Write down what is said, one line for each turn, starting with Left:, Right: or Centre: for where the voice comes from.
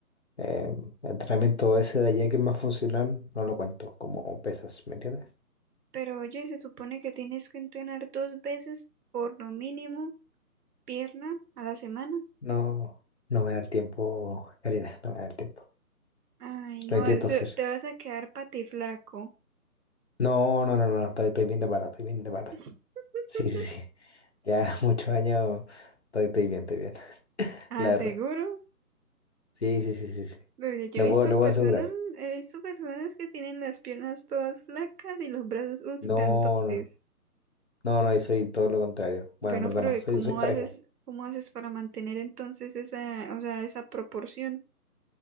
Left: eh, entrenamiento ese de allá que es más funcional, no lo cuento como pesas, ¿me entiendes?
Right: Pero oye, se supone que tienes que entrenar dos veces por lo mínimo pierna a la semana.
Left: No, no me da el tiempo, Karina, no me da el tiempo.
Right: Ay, no,
Left: Lo intento
Right: eso,
Left: hacer.
Right: te vas a quedar patiflaco.
Left: No, no, no, no, estoy, estoy bien de pata, estoy bien de pata.
Right: <laughs>
Left: Sí, sí, sí. Ya <laughs> muchos años estoy, estoy bien, estoy bien, <laughs>
Right: Ah,
Left: la verdad.
Right: seguro,
Left: Sí, sí, sí, sí, sí.
Right: porque yo
Left: Lo
Right: he visto
Left: puedo, lo
Right: personas,
Left: puedo asegurar.
Right: he visto personas que tienen las piernas todas flacas y los brazos uh,
Left: No,
Right: grandotes.
Left: no, no, no, y soy todo lo contrario. Bueno,
Right: Bueno,
Left: en verdad
Right: pero
Left: no,
Right: ¿y
Left: soy,
Right: ¿cómo
Left: soy parejo.
Right: haces, cómo haces para mantener entonces esa, o sea, esa proporción?